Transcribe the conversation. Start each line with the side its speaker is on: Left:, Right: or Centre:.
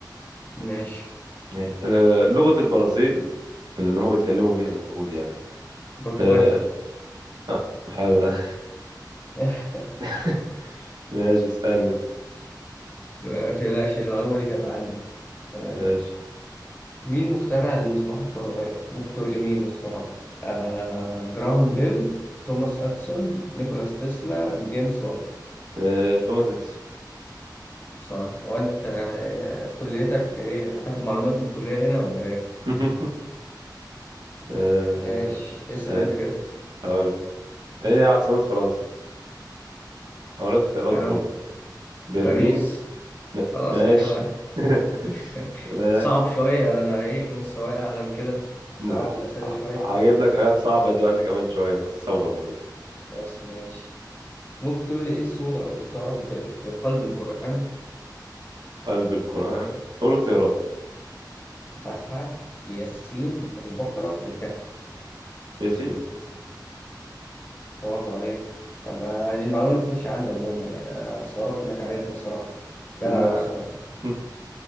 Left: ماشي
Right: ماشي آه، لغة البرازيل اللي هما بيتكلموا بيها المفروض يعني
Left: برتغالي
Right: آه، آه، حلو ده
Left: <laughs>
Right: <laughs> ماشي اسألني أنت.
Left: ما تقلقش المعلومة دي كانت عندي تمام
Right: ماشي
Left: مين مخترع المصباح الكهربائي؟ ممكن تقول لي مين اللي اخترعه؟ آه جراهام بيل، توماس أديسون، نيكولاس تسلا، جيمس وات
Right: آه، توماس إديسون
Left: صح وأنت آه، كليتك إيه؟ هتاخد معلومات من الكلية هنا ولا إيه؟
Right: <laughs> آه،
Left: ماشي اسأل
Right: آه،
Left: أنت كده
Right: اقول لك. ايه هي عاصمة فرنسا اقول لك اختيارات
Left: آه
Right: برضه برلين
Left: باريس
Right: م...
Left: خلاص
Right: ماشي
Left: يا جدع
Right: <laughs>
Left: <laughs>
Right: تمام
Left: صعب شوية أنا إيه مستواي أعلى من كده صعب
Right: ن-
Left: الأسئلة
Right: ع-
Left: شوية
Right: هجيب لك حاجات صعبة دلوقتي كمان شوية بس صبرا بس
Left: خلاص ماشي ممكن تقول لي إيه السورة اللي تعرف ب- بقلب القرآن؟
Right: قلب القرآن قول اختيارات
Left: فتحة ياسين البقرة الكهف
Right: ياسين
Left: برافو عليك طب آه، دي المعلومة اللي مش عندي عموما يعني أنا استغربت إنك عارفها الصراحة جدع
Right: لا
Left: أوي الصراحة
Right: <laughs>